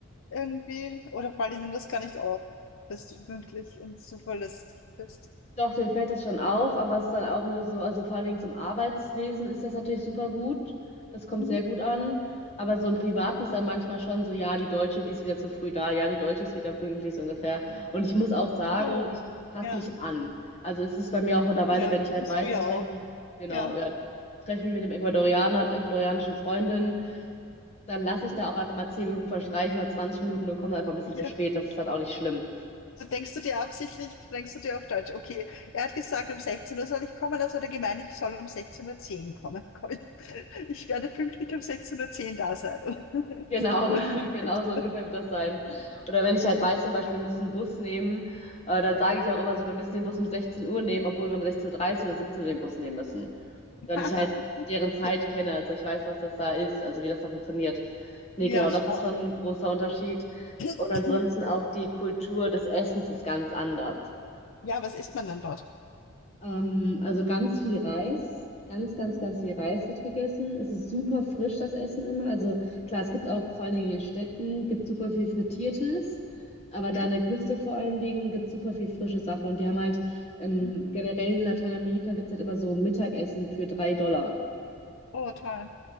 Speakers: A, on the left (about 60°); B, on the left (about 30°).
A: Irgendwie? Oder fallen Ihnen das gar nicht auf, dass du pünktlich und zuverlässig bist?
B: Doch, denen fällt das schon auf, aber es ist dann auch nur so, also vor allen Dingen so im Arbeitswesen ist das natürlich super gut. Das kommt
A: Mhm.
B: sehr gut an. Aber so im Privaten
A: Ja,
B: ist dann manchmal schon so, ja, die Deutsche, die ist wieder zu früh da, ja, die Deutsche ist wieder pünktlich so ungefähr. Und ich muss auch sagen,
A: so.
B: ich passe
A: Ja,
B: mich an. Also es ist bei mir auch mittlerweile,
A: ja,
B: wenn ich halt
A: musst
B: weiß,
A: du
B: ich
A: ja
B: treffe
A: auch.
B: mich, genau,
A: Ja.
B: ja, treffe mich mit dem Ecuadorianer, der ecuadorianischen Freundin, dann lasse ich da auch einfach mal 10 Minuten verstreichen oder 20 Minuten und komme dann einfach ein bisschen
A: <laughs>
B: zu spät.
A: ja.
B: Das ist dann auch nicht schlimm.
A: So denkst du dir absichtlich, denkst du dir auf Deutsch, okay, er hat gesagt, um 16 Uhr soll ich kommen, also hat er gemeint, ich soll um sechzehn Uhr zehn kommen. <laughs> Komm, Ich, ich werde pünktlich um sechzehn Uhr zehn da sein. <laughs>
B: Genau,
A: Wohl
B: <laughs>
A: pünktlich.
B: genau so ungefähr wird das sein. Oder wenn ich halt weiß, zum Beispiel, wir müssen einen Bus nehmen, äh, dann sage ich auch immer so, wir müssen den Bus um 16 Uhr nehmen, obwohl wir um 16.30 Uhr dreißig oder 17 Uhr den Bus nehmen müssen.
A: <laughs>
B: Weil ich halt deren Zeit
A: Ja,
B: kenne. Also ich weiß, was das da ist, also wie das da funktioniert. Nee,
A: ja,
B: genau,
A: schau.
B: das ist schon ein großer Unterschied.
A: <clears throat>
B: Und ansonsten
A: <coughs>
B: auch die Kultur des Essens ist ganz anders.
A: Ja, was isst man dann dort?
B: Ähm, also ganz viel Reis, ganz, ganz,
A: Mhm.
B: ganz viel Reis wird gegessen. Es ist super frisch, das Essen immer. Also klar, es gibt auch vor allen Dingen in den Städten, gibt super viel Frittiertes, aber
A: Ja.
B: da an der Küste vor allen Dingen gibt es super viel frische Sache. Und die haben halt ähm,
A: Mhm.
B: generell in Lateinamerika gibt es halt immer so Mittagessen für drei Dollar.
A: Oh, toll.